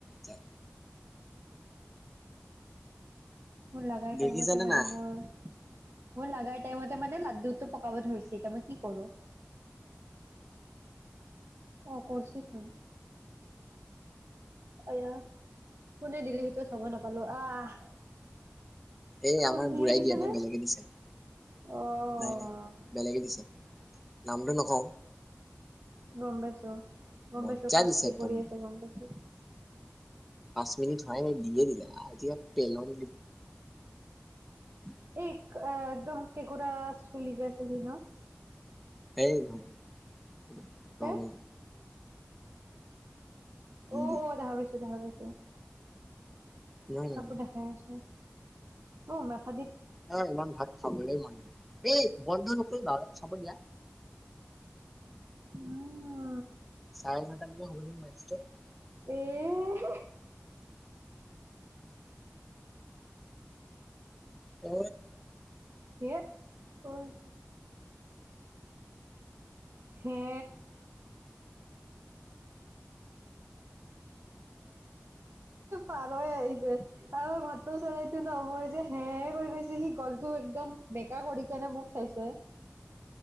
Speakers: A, in the centre; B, on the right.
A: জা
B: মোৰ লগাৰ
A: দেখিছানে
B: টাইমতে মানে
A: নাই
B: মোৰ মোৰ লগাৰ টাইমতে মানে লাড্ডুটো পকাব ধৰিছে এতিয়া মই কি কৰো অ কৰছেচোন এয়া কোনে দিলে সেইটো চাব নাপালো আহ
A: এই
B: কোন
A: আমাৰ
B: সিয়ে
A: বুঢ়াই
B: দিছে
A: দিয়া নাই
B: নে
A: বেলেগে দিছে
B: অ
A: নাই নাই বেলেগে দিছে নামটো নকওঁ
B: গম পাইছো গম
A: মজ্জা
B: পাইছো পাখীৰ
A: দিছে একদম
B: পৰি আছে গম পাইছো
A: এক মিনিট হোৱাই নাই দিয়ে দিলে আজি এয়া পেলন <unintelligible>
B: এই একদম কেঁকোৰা চুলি যে আছিলি সি ন
A: সেই নহয়
B: তে অ
A: <unintelligible>
B: অ দেখা পাইছো <unintelligible>
A: নহয় নহয়
B: আকৌ দেখাই আছে। উম, মাঠা
A: আহ ইমান ভাত খাবই মান নাই। এই বন্ধ নকৰিবা আমাক চাব দিয়া।
B: অঁ।
A: চাৰে নটা মানত <unintelligible>
B: এই হ <inaudible>
A: এ
B: হে' হয়। হে পাৰৈ আহিছে তাৰ ভাতৌ চৰাইতটো নহয মই যে হে কৰি গৈছো সি গলটো একদম বেকা কৰি কেনে মোক চাইছে।